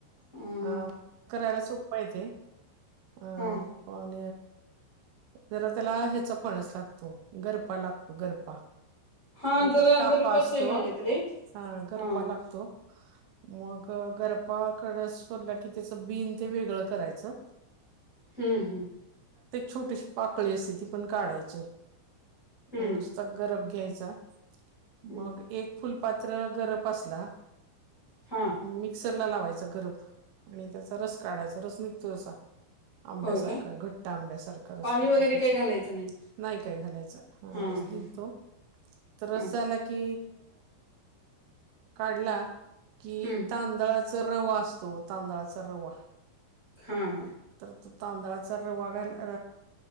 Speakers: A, on the left; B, on the right.
A: हम्म
B: हा करायला सोप्पा येते ह
A: हां
B: पण जरा त्याला ह्याचा फणच लागतो गरपा लागतो गरपा
A: हां
B: एक
A: जरा
B: कापा
A: गरपाच
B: असतो
A: आहे माझ्याकडे
B: हा गरपा
A: हां
B: लागतो. मग गरपाकडं सोडला की त्याचा बिन ते वेगळं करायचा.
A: हम्म हम्म.
B: छोटीशी पाकळी असते ती पण काढायची
A: हम्म
B: आणि नुसता गरब घ्यायचा
A: हम्म
B: मग एक फुलपात्र गरप असला
A: हां
B: मिक्सरला लावायचा गरब आणि त्याचा रस काढायचा रस निघतो असा आंब्यासारखं
A: होय काय
B: घट्टा आंब्यासारखं रस
A: पाणी
B: तिचा
A: वगैरे
B: त्याचा
A: काही घालायचं नाही
B: नाही काय घालायचा हा
A: हां
B: रस
A: हां
B: निघतो तर रस
A: हां
B: झाला की काढला की
A: हम्म
B: तांदळा रवा असतो तांदळाचा रवा.
A: हा हा.
B: तर तू तांदळाचा रवा घाल आ